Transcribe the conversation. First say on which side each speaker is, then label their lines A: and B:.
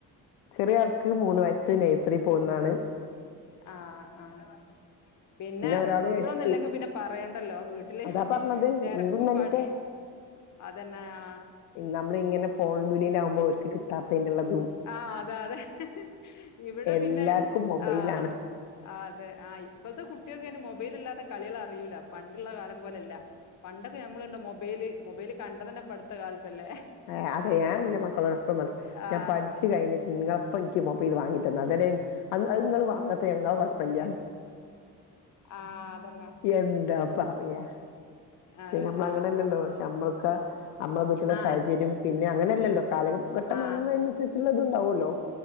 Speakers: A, on the left; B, on the left.
A: ചെറിയാൾക്ക് മൂന്നു വയസ്സ് നേഴ്സറി പോവുന്നാണ്.
B: ആഹ് ആഹ് പിന്നെ
A: ഒരാള്
B: സ്കൂളൊന്നുല്ലെങ്കി
A: എട്ട്
B: പിന്നെ പറയണ്ടല്ലോ വീട്ടില്
A: അതാ പറഞ്ഞത്
B: തെരക്കും
A: ഇന്നും ഇന്നലെയൊക്കെ
B: <unintelligible> അതെന്ന യാ
A: നമ്മളിങ്ങനെ ഫോൺ വിളിലാമ്പോ ഓർക്ക് കിട്ടാത്തെൻ്റെള്ളതും.
B: ആഹ് അത അതെ ഇവിടെ
A: എല്ലാർക്കും
B: പിന്നെ
A: മൊബൈലാണ്
B: ആഹ്. ആഹ് അതെ ആഹ് ഇപ്പത്തെ കുട്ട്യൾക്കന്നെ മൊബൈലല്ലാത്ത കളിളൾ അറിയൂല. പണ്ട്‌ള്ള കാലം പോലെല്ല പണ്ടൊക്കെ ഞമ്മളുണ്ടൊ മൊബൈല് മൊബൈല് കണ്ടതന്നെ ഇപ്പപടുത്തകാലത്തല്ലേ.
A: ആഹ് അതെ ഞാൻന്റെ മക്കളോടൊപ്പം പറിം
B: ആ
A: ഞാൻ പഠിച്ച് കഴിഞ്ഞിട്ട് ഇങ്ങ ഇപ്പ ഇക്കി മൊബൈൽ വാങ്ങിതന്ന് അതെരേ അന്ന് അഹ് ഇങ്ങള് വാങ്ങത്ത ഞങ്ങള കൊഴപ്പല്ല്യ.
B: ആഹ് അതന്നെ.
A: എന്താ പറിയാ ക്ഷെ
B: അതെ
A: ഞമ്മള
B: ആ
A: അങ്ങനെല്ലല്ലോ ക്ഷെ ഞമ്മൾക്കാ ഞമ്മളെ വീട്ടിലെ
B: ആ
A: സാഹചര്യം പിന്നെ അങ്ങനെല്ലല്ലോ കാലകം. ഘട്ട
B: ആ
A: മന്ന്നുസരിച്ചുള്ളത്ണ്ടാവല്ലോ.